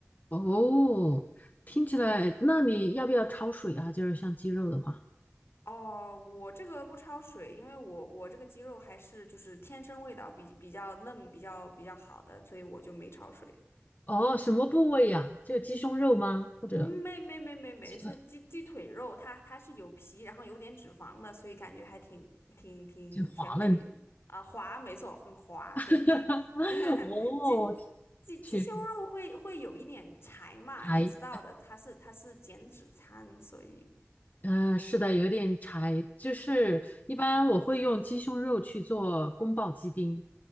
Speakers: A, on the left (about 40°); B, on the left (about 65°).
A: 哦，听起来，那你要不要焯水啊？就是像鸡肉的话。
B: 哦，我这个不焯水，因为我我这个鸡肉还是就是天生味道比比较嫩，比较比较好的，所以我就没焯水。
A: 哦，什么部位呀？就鸡胸肉吗？或者
B: 嗯，没没没没没，
A: 鸡腿
B: 是鸡鸡腿肉，它它是有皮，然后有点脂肪的，所以感觉还挺挺挺甜美啊，
A: 就滑嫩的，
B: 滑，没错，很滑，
A: <laughs>
B: 对。<laughs>
A: 哦，
B: 鸡鸡鸡胸肉会会有一点柴嘛，
A: 天柴哎，
B: 你知道的，它是它是减脂餐，所以，
A: 嗯、是的，有点柴。就是一般我会用鸡胸肉去做宫保鸡丁，